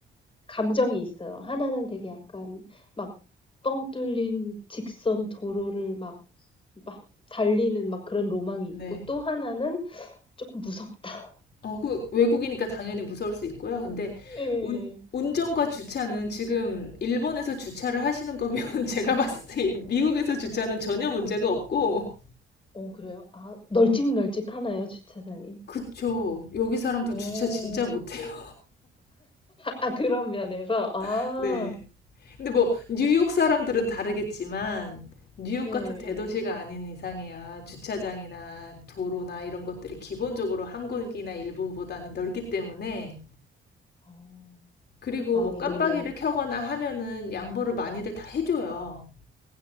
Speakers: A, on the left (about 25°); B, on the left (about 55°).
A: 감정이 있어요. 하나는 되게 약간 막 뻥 뚫린 직선 도로를 막, 막 달리는 막 그런 로망이 있고
B: 네.
A: 또 하나는 조금 무섭다.
B: 어 그 외국이니까 당연히 무서울 수 있고요. 근데
A: 예.
B: 운 운전과 주차는 지금 일본에서 주차를 하시는 거면 <laughs> 제가 봤을 때 미국에서 주차는 전혀 문제가 없고
A: 어, 그래요? 아, 널찍널찍하나요, 주차장이?
B: 그쵸. 여기 사람들
A: 오.
B: 주차 진짜 못해요.
A: 아, 아, 그런 면에서, 아,
B: <laughs> 네. 근데 뭐 뉴욕 사람들은 다르겠지만 뉴욕
A: 네,
B: 같은 대도시가
A: 예.
B: 아닌 이상에야 주차장이나 도로나 이런 것들이 기본적으로 한국이나 일본보다는 넓기 때문에
A: 어,
B: 그리고
A: 마음이
B: 뭐 깜빡이를
A: 놓이네요.
B: 켜거나 하면은 양보를 많이들 다 해줘요.